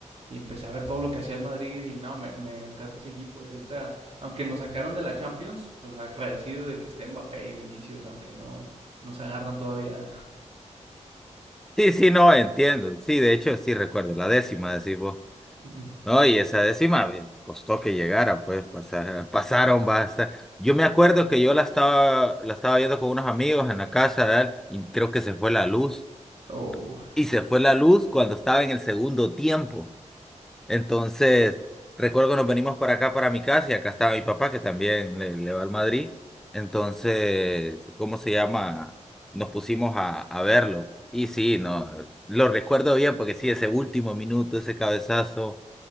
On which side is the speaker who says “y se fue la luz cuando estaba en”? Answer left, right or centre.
Centre